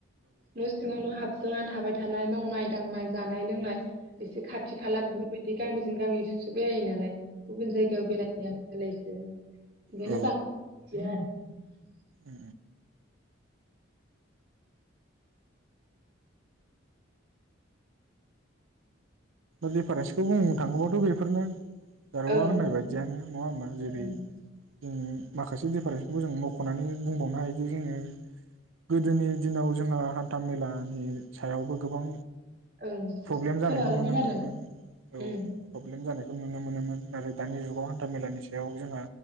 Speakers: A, on the right (about 50°); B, on the right (about 85°).
A: न' सिङावनो हाबसो सोनानै थाबाय थानाय मावनाय दांनाय जानाय लोंनाय एसे खाथि खाला <unintelligible> बिदि गामिजों गामिलसो बेरायो नालाय गुबुन जायगायाव बेलाय <unintelligible> ए ओंखायनो
B: औ
A: बां <unintelligible> <inaudible>
B: ओ दिफारेन्सखौ बुंनो थाङोबाथ' बेफोरनो जारौवा
A: ओं
B: होननाय बायदियानो नङा होमबा जेरै
A: ओं
B: जों माखासे दिफारेनखौबो जों मख'नानैनो बुंबावनो हायोदि जोङो गोदोनि दिनाव जोंहा हान्था मेलानि सायावबो गोबां
A: ओं
B: प्रब्लेम जानायखौ
A: सोनारोमोन
B: नुनो मोनोमोन
A: आरो
B: औ
A: ओं
B: प्रब्लेम जानायखौ नुनो मोनोमोन नाथाय दानि जुगाव हान्था मेलानि सायाव जोंहा